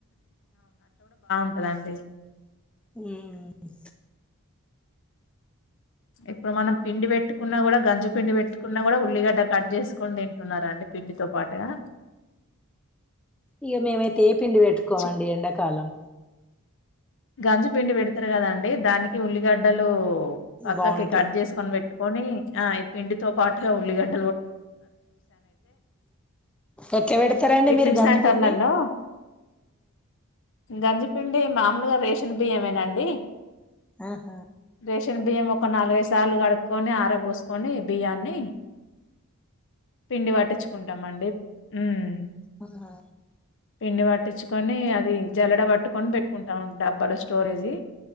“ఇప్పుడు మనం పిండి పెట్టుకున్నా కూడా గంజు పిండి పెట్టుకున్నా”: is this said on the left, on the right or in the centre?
Left